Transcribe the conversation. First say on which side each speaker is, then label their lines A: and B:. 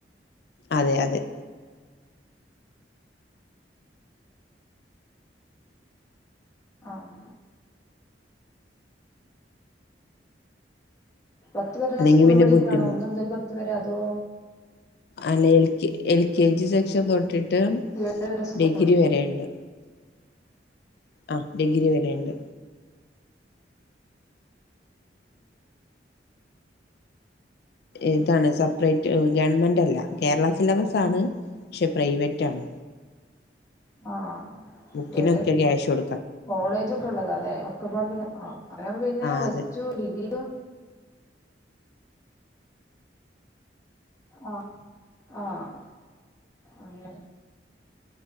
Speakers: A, on the left; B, on the left.
A: അതെ അതെ
B: ആഹ് പത്തു വരെയുള്ള
A: അല്ലെങ്കിൽ
B: സ്കൂള്
A: പിന്നെ
B: പഠിക്കാണോ
A: ബുദ്ധിമുട്ട്
B: ഒന്നു മുതൽ പത്തു വരെ അതോ
A: അല്ല L K L K G section തൊട്ടിട്ട്
B: ഏഴര വരെ സ്കൂൾ
A: ഡിഗ്രി വരെയുണ്ടെ ആഹ് ഡിഗ്രി വറരെയുണ്ട് ഇതാണ് സപ്രൈറ്റ് ഗവൺമെന്റല്ല കേരള സിലബസാണ് പക്ഷെ പ്രൈവറ്റാണ്
B: ആഹ്
A: ബുക്കിനൊക്കെ
B: വല്യ
A: ക്യാഷൊണ്ട്
B: കോളേജൊക്കെ ഇള്ളതാല്ലെ ഒക്കെപാടള്ള ആഹ് അങ്ങനെയാവുമ്പോ പിന്നെ
A: ആഹ്
B: പ്ലസ്
A: അതെ
B: ടു ഡിഗ്രി ആഹ് ആഹ് അങ്ങനെ